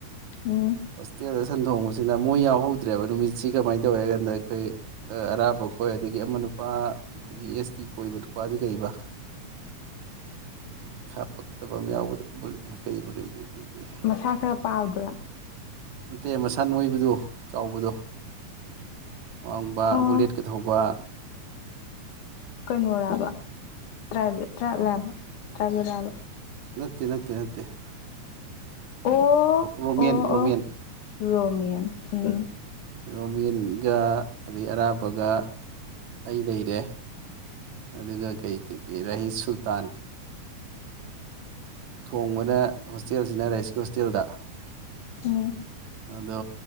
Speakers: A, on the left; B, on the right.
A: ꯎꯝ
B: ꯍꯁꯗ ꯁꯟ ꯊꯣꯡꯕꯁꯤꯅ ꯃꯣꯏ ꯌꯥꯎꯍꯧꯗ꯭ꯔꯦꯕ ꯅꯨꯃꯤꯠꯁꯤ ꯀꯃꯥꯏꯅ ꯇꯧꯏꯦ ꯍꯥꯏ ꯀꯥꯟꯗ ꯑꯩꯈꯣꯏ ꯑꯔꯥꯕ ꯈꯣꯏ ꯑꯗꯒꯤ ꯑꯃꯅ ꯅꯨꯄꯥ ꯑꯩꯈꯣꯏꯒꯤ ꯑꯦꯁ ꯇꯤ ꯀꯣꯏꯕ ꯅꯨꯄꯥꯗꯨ ꯀꯩꯕ ꯈꯥ ꯄꯛꯇꯕ ꯌꯥꯎꯕ ꯀꯩꯕ ꯀꯩꯀꯩ ꯀꯩꯀꯩ
A: ꯃꯁꯥ ꯈꯔ ꯄꯥꯕꯗꯨꯔꯥ
B: ꯅꯠꯇꯦꯛ ꯃꯁꯥꯟꯅꯣꯏꯕꯗ ꯆꯥꯎꯕꯗꯣ ꯋꯥꯡꯕ
A: ꯑꯣ
B: ꯕꯨꯂꯦꯠꯀ ꯊꯧꯕ
A: ꯀꯟꯣꯣꯔꯕ ꯇ꯭ꯔꯥꯏꯚꯦꯠ ꯇ꯭ꯔꯥꯏꯕ ꯂꯕ ꯇ꯭ꯔꯥꯏꯚꯦꯠ ꯂꯥꯕ
B: ꯅꯠꯇꯦ ꯅꯠꯇꯦ ꯅꯠꯇꯦ
A: ꯑꯣ
B: ꯔꯣꯃꯦꯟ
A: ꯑꯣ
B: ꯔꯣꯃꯦꯟ
A: ꯑꯣ ꯔꯣꯃꯤꯌꯥꯟ ꯎꯝ
B: ꯔꯣꯃꯤꯟꯒ ꯑꯗꯩ ꯑꯔꯥꯕꯒ ꯑꯩ ꯂꯩꯔꯦ ꯑꯗꯨꯒ ꯀꯩ ꯀꯩꯀꯩ ꯔꯥꯍꯤꯁ ꯁꯨꯜꯇꯥꯟ ꯊꯣꯡꯕꯅ ꯍꯣꯁꯇꯦꯜꯁꯤꯅ ꯔꯥꯏꯁꯀꯤ ꯍꯣꯁꯇꯦꯜꯗ
A: ꯎꯝ
B: ꯑꯗꯣ